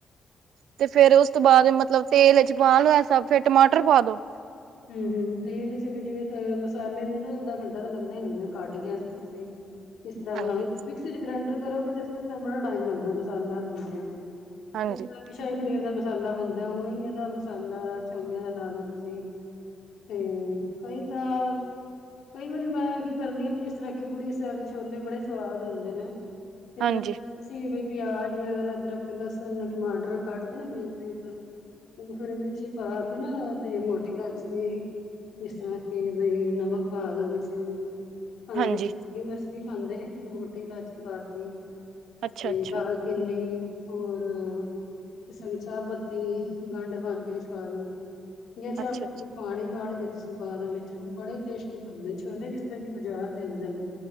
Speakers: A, on the right (about 85°); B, on the left (about 80°).
A: ਤੇ ਫੇਰ ਉਸ ਤੋਂ ਬਾਅਦ ਮਤਲਬ ਤੇਲ ਵਿਚ ਪਾ ਲਓ ਇਹ ਸਬ ਫੇਰ ਟਮਾਟਰ ਪਾ ਦੋ।
B: ਹਮ, ਹਮ ਤੇਲ ਚਿਵੇਂ ਜਿਵੇਂ ਮਸਾਲੇ ਨੂੰ ਨਾ ਅੱਧਾ ਘੰਟਾ ਤਾਂ ਲੱਗਣਾ ਹੀ ਲੱਗਣਾ ਕੱਟ ਗੈਸ ਤੇ ਤੁਸੀਂ ਇਸ ਤਰ੍ਹਾਂ ਬਣਾਉ
A: ਹਾਂਜੀ,
B: ਮਿਕਸੀ ਚ ਗ੍ਰੈਂਡਰ ਕਰੋਗੇ ਤੇ ਫੇਰ ਤਾਂ ਬੜਾ ਟਾਈਮ ਲੱਗਦਾ ਮਸਾਲਾ ਬਣਦਿਆਂ। <unintelligible>
A: ਹਾਂਜੀ,
B: ਸ਼ਾਹੀ ਪਨੀਰ ਦਾ ਮਸਾਲਾ ਬਣਦਾ, ਉਹਹੀ ਇਹਦਾ ਮਸਾਲਾ ਛੋਲੀਆਂ ਦਾ ਲਾਲੋ ਤੁਸੀਂ। ਤੇ ਕਈ ਤਾਂ ਕਈ ਵਾਰੀ ਮੈਂ ਕੀ ਕਰਦੀ ਹਾਂ ਵੀ, ਜਿਸ ਤਰ੍ਹਾਂ ਕਿ ਬੁੜੀ ਸਾਹਿਬ ਦੇ ਛੋਲੇ ਬੜੇ ਸਵਾਦ ਹੁੰਦੇ ਨੇ। ਤੇ
A: ਹਾਂਜੀ,
B: ਤੇ ਬਈ ਪਿਆਜ ਔਰ ਅਦਰਕ, ਲਸਣ, ਟਮਾਟਰ ਕੱਟ ਕੇ ਨਾ ਬਰੀਕ, ਬਰੀਕ ਉਹ ਫੇਰ ਵਿੱਚ ਹੀ ਪਾ ਕੇ ਨਾ ਤੇ ਮੋਟੀ ਲਾ ਠੀਕ, ਜਿਸ ਤਰ੍ਹਾਂ ਕਿ ਬਈ ਨਮਕ ਪਾ ਦੋ ਵਿੱਚ ਹਲਦੀ
A: ਹਾਂਜੀ,
B: ਹਰੀ ਮੀਹਚ ਨਹੀਂ ਪਾਦੇਂ ਮੋਟੀ ਇਲਾਚੀ ਪਾਤੀ
A: ਅੱਛਾ-ਅੱਛਾ,
B: ਤੇ ਲਾਲ ਕਿੰਨੇ ਹੋਰ ਜੀਸ ਤਰ੍ਹਾਂ ਕਿ ਚਾਹ ਪੱਤੀ ਗੰਡ ਬਣ ਕੇ ਵੀ ਵਾ ਦਓ, ਜਾਂ ਚਾਹ
A: ਅੱਛਾ-ਅੱਛਾ, ਅੱਛਾ-ਅੱਛਾ, ਅੱਛਾ।
B: ਪਾਨੀ ਕਾੜ ਕੇ ਤੁਸੀਂ ਪਾ ਦੇ ਵਿੱਚ ਉਹ ਬੜੇ ਟੇਸਟੀ ਬਣਦੇ ਛੋਲੇ ਜਿਸ ਤਰ੍ਹਾ ਕਿ ਬਜ਼ਾਰ ਦੇ ਹੁੰਦੇ ਨੇ।